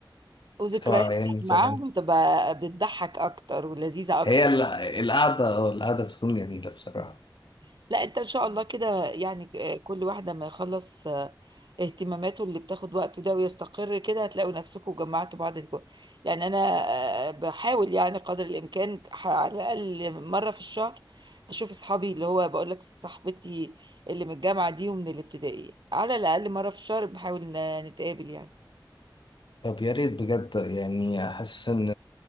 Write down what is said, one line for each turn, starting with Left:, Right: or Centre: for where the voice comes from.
Right: وذكرياتك
Left: بتوع أيام زمان
Right: معاهم تبقى بتضحك أكتر ولذيذة أكتر
Left: هي ال- القعدة اه القعدة بتكون جميلة بصراحة
Right: مم. لا انت ان شاء الله كده يعني آه، كل واحدة ما يخلص اهتماماته اللي بتاخد وقته ده ويستقر كده هتلاقوا نفسكم جمعتوا بعض الكو- يعني انا آه، بحاول يعني قدر الامكان ح- على الاقل مره في الشهر اشوف اصحابي اللي هو بقول لك صاحبتي اللي من الجامعه دي ومن الابتدائي على الاقل مره في الشهر بنحاول ن- نتقابل يعني
Left: طب يا ريت بجد يعني حاسس ان